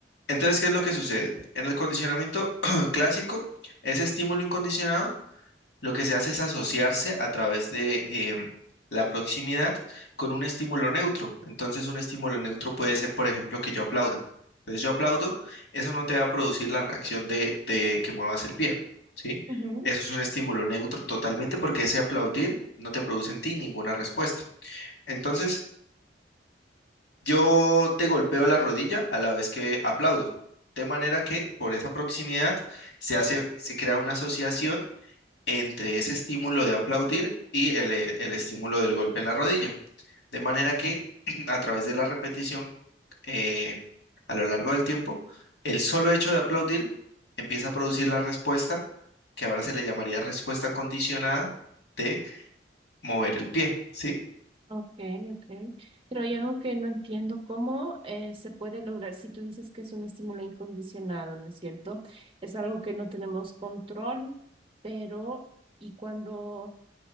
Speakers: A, on the left; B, on the right.
A: Entonces, ¿qué es lo que sucede? En el condicionamiento <clears throat> clásico, ese estímulo incondicionado, lo que se hace es asociarse a través de em, la proximidad con un estímulo neutro. Entonces, un estímulo neutro puede ser, por ejemplo, que yo aplauda. Entonces, yo aplaudo, eso no te va a producir la reacción de, de que muevas el pie, ¿sí?
B: Ujú,
A: Eso es un estímulo neutro totalmente porque ese aplaudir no te produce en ti ninguna respuesta. Entonces, yo te golpeo la rodilla a la vez que aplaudo, de manera que por esa proximidad se hace, se crea una asociación entre ese estímulo de aplaudir y el, eh, el estímulo del golpe en la rodilla, de manera que <clears throat> a través de la repetición eh, a lo largo del tiempo, el solo hecho de aplaudir empieza a producir la respuesta que ahora se le llamaría respuesta condicionada de mover el pie, ¿sí?
B: Ok, ok. Pero hay algo que no entiendo, ¿cómo eh, se puede lograr si tú dices que es un estímulo incondicionado, ¿no es cierto? Es algo que no tenemos control, pero y cuando